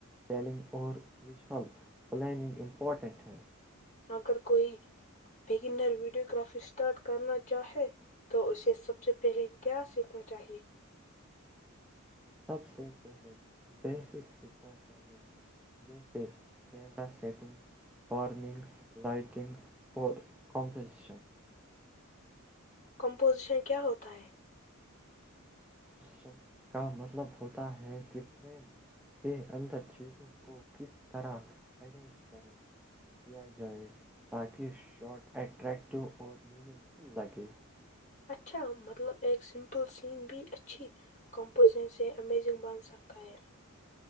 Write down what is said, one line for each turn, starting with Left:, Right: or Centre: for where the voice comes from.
Centre: ٹیلنگ اور ویژول پلاننگ امپورٹنٹ ہے
Left: اگر کوئی بگنر ویڈیوگرافی اسٹارٹ کرنا چاہے تو اسے سب سے پہلے کیا سیکھنا چاہیے
Centre: سب سے پہلے بیسک سیکھنا چاہیے جیسے کیمرہ سیٹنگ فارمنگ لائٹنگ اور کمپوزیشن
Left: کمپوزیشن کیا ہوتا ہے
Centre: شن کا مطلب ہوتا ہے کہ فریم کے اندر چیزوں کو کس طرح ارینج کرے کیا جائے تاکہ شارٹ اٹریکٹیو اور میننگ فل لگے
Left: اچھا مطلب ایک سمپل سین بھی اچھی کمپوزن سے امیزنگ بن سکتا ہے